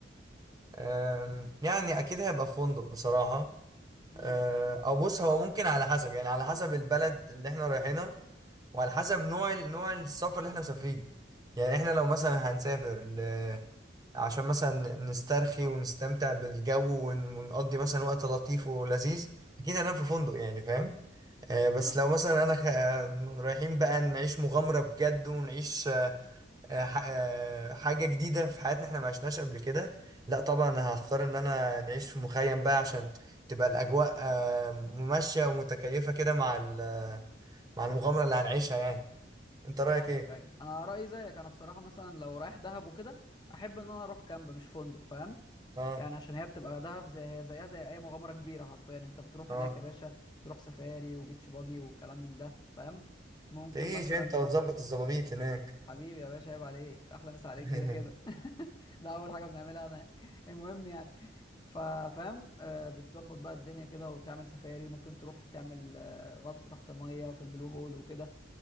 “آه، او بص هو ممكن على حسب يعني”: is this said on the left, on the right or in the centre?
Right